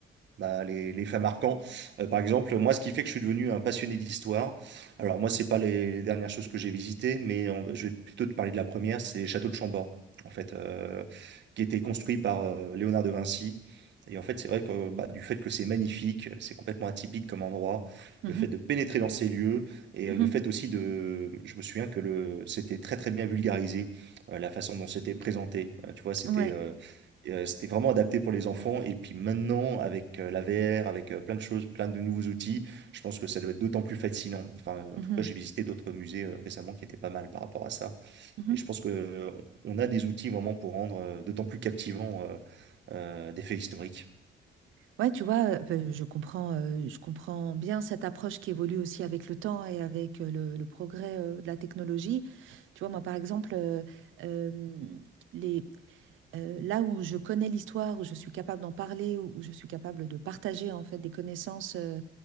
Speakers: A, on the right; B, on the right.
A: bah, les, les faits marquants. Euh, par exemple, moi, ce qui fait que je suis devenu un passionné d'histoire, alors moi, c'est pas les, les dernières choses que j'ai visitées, mais on- je vais plutôt te parler de la première, c'est les châteaux de Chambord, en fait, euh, qui étaient construits par euh, Léonard de Vinci. Et en fait, c'est vrai que bah, du fait que c'est magnifique, c'est complètement atypique comme endroit,
B: Mhm,
A: le fait de pénétrer dans ces lieux, et
B: mhm,
A: le fait aussi de... Je me souviens que le... c'était très très bien vulgarisé, euh, la façon dont c'était présenté. Euh, tu vois, c'était...
B: mhm. Ouais.
A: euh, et, Euh, c'était vraiment adapté pour les enfants. Et puis maintenant, avec euh, la VR, avec euh, plein de choses, plein de nouveaux outils, je pense que ça doit être d'autant plus fascinant. Enfin, en
B: Mhm,
A: tout cas, j'ai visité d'autres musées euh, récemment qui étaient pas mal par rapport à ça.
B: mhm.
A: Et je pense que euh, on a des outils vraiment pour rendre euh, d'autant plus captivant euh, euh, des faits historiques.
B: Ouais, tu vois, euh, ben, je comprends, euh, je comprends bien cette approche qui évolue aussi avec le temps et avec euh, le, le progrès euh, de la technologie. Tu vois, moi, par exemple, euh, euh, les, euh, là où je connais l'histoire, où je suis capable d'en parler, où, où je suis capable de partager en fait des connaissances euh,